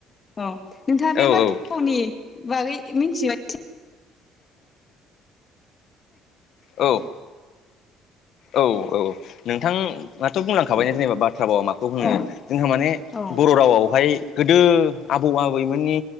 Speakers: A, on the left (about 25°); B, on the left (about 55°).
A: औ नोंथाङा बे
B: औ
A: बाथ्रा
B: औ
A: फावनि बागै मिथिबाय
B: औ औ औ नोंथां दाथ' बुंलांखाबाय जेनेबा बाथ्रा फावा माखौ बुङो
A: औ
B: जोंहा माने
A: औ
B: बर' रावावहाय गोदो आबौ आबैमोननि